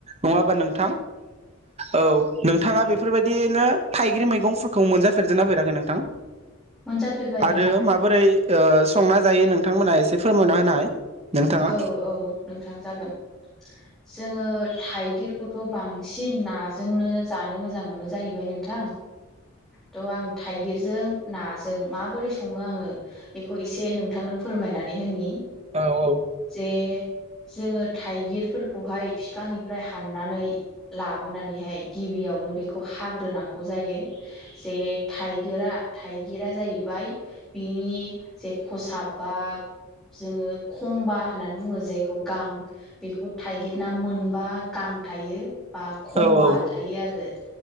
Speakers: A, on the right (about 30°); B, in the centre.
A: नङाबा नोंथां औ नोंथाङा बेफोरबायदिनो थाइगिर मैगंफोरखौ मोनजाफेरजेना फेराखै नोंथां?
B: मोनजाफेरबाय
A: आरो
B: नोंथां
A: माबोरै ओ संना जायो नोंथांमोनहा एसे फोरमायना होनाय। नोंथाङा
B: औ औ नोंथां जागोन जोङो थाइगिर खौथ' बांसिन नाजोंनो जानो मोजां मोनो जाहैबाय नोंथां थ' आं थाइगिरजों नाजों माबोरै सङो आङो बेखौ एसे नोंथांनो फोरमायनानै होनि
A: औ औ
B: जे जोङो थाइगिरफोरखौहाय बिफांनिफ्राय हाननानै लाबोनानैहाय गिबियाव नों बेखौ हाग्रोनांगौ जायो जे थाइगिरा थाइगिरा जाहैबाय बिनि जे खसाबबा जोङो खंबा होननानै बुङो। जायखौ गां बेखौ थाइगिरना मोनबा गां थायो। बा खं'बा
A: औ औ
B: थायो आरो